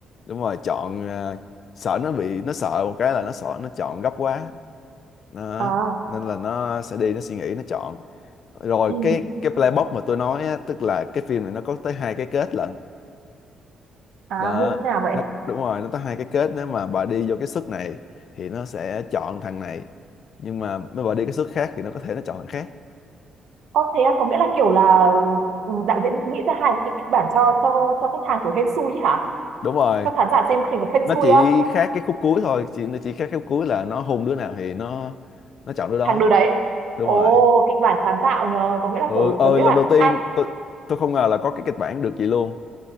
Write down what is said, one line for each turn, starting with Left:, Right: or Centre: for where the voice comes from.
Left: đúng rồi chọn à, sợ nó bị nó sợ một cái là nó sợ nó chọn gấp quá nó,
Right: À,
Left: nên là nó sẽ đi nó suy nghĩ nó chọn rồi
Right: ừ.
Left: cái cái playbox mà tôi nói á, tức là cái phim này nó có tới hai cái kết lận
Right: À
Left: đó
Right: như thế nào vậy?
Left: nó đúng rồi nó tới hai cái kết nếu mà bà đi vô cái suất này thì nó sẽ chọn thằng này nhưng mà nếu bà đi cái suất khác thì nó có thể nó chọn thằng khác
Right: Có thế á, có nghĩa là kiểu là ừ, đạo diễn nghĩ ra hai cái kịch bản cho cho cho khách hàng kiểu hên xui ý hả?
Left: đúng rồi
Right: Cho khán giả xem khi mà hên
Left: nó
Right: xui
Left: chỉ khác cái khúc cuối thôi chỉ nó chỉ khác cái khúc cuối là nó hôn đứa nào thì nó nó chọn đứa đó
Right: thằng đứa đấy
Left: đúng
Right: ồ
Left: rồi
Right: kịch bản sáng tạo nhờ có nghĩa là
Left: ừ
Right: kiểu
Left: ơi
Right: tớ nghĩ
Left: lần
Right: là
Left: đầu tiên
Right: ai
Left: tôi tôi không ngờ là có cái kịch bản được vậy luôn